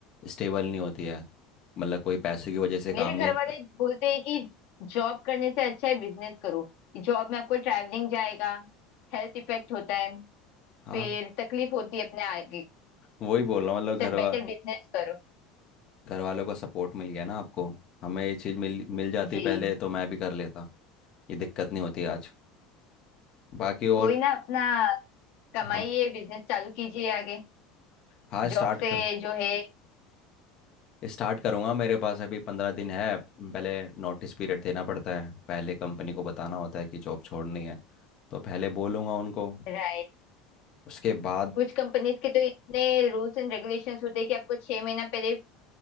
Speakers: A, on the left; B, on the left.
A: स्टेबल नहीं होती है मतलब कोई पैसे की वजह से
B: मेरे
A: काम नहीं
B: घर वाले बोलते हैं कि जॉब करने से अच्छा है बिजनेस करो जॉब में आपको ट्रैवलिंग जाएगा हेल्थ इफेक्ट होता है
A: हाँ
B: फिर तकलीफ होती है अपने आगे
A: वही बोल रहा हूँ मतलब
B: से
A: घर
B: बेटर
A: वा
B: बिजनेस करो
A: घर वालों का सपोर्ट मिल गया ना आपको हमें ये चीज़ मिल मिल जाती
B: जी
A: पहले तो मैं भी कर लेता ये दिक्कत नहीं होती आज बाकी
B: कोई
A: और
B: ना अपना कमाइए
A: हम
B: बिजनेस चालू कीजिए आगे
A: हाँ स्टार्ट
B: जॉब से
A: कर
B: जो है
A: स्टार्ट करूँगा मेरे पास अभी पंद्रह दिन है पहले नोटिस पीरियड देना पड़ता है पहले कंपनी को बताना होता है कि जॉब छोड़नी है तो पहले बोलूँगा उनको
B: राइट
A: उसके बाद
B: कुछ कंपनीज के तो इतने रूल्स एंड रेगुलेशंस होते हैं कि आपको छह महीना पहले